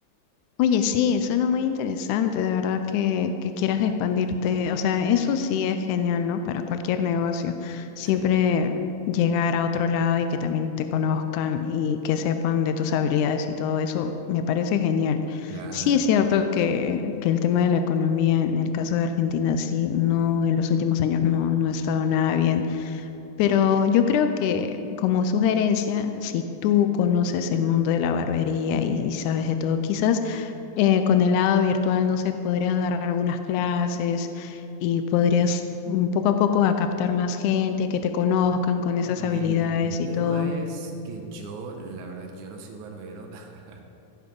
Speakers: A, on the left; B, on the right.
A: Oye, sí, suena muy interesante, de verdad que, que quieras expandirte. O sea, eso sí es genial, ¿no? Para cualquier negocio. Siempre
B: Sí,
A: llegar a otro lado y que también te conozcan y que sepan de tus habilidades y todo eso, me parece genial.
B: claro.
A: Sí es cierto que, que el tema de la economía en el caso de Argentina, sí, no, en los últimos años no, no ha estado nada bien Pero yo creo que como sugerencia, si tú conoces el mundo de la barbería y sabes de todo, quizás eh, con el lado virtual, no sé, podrías dar algunas clases y podrías mm, poco a poco a captar más gente, que te conozcan con esas
B: Sí.
A: habilidades
B: el
A: y
B: tema
A: todo.
B: es que yo, la verdad, yo no soy barbero. <laughs>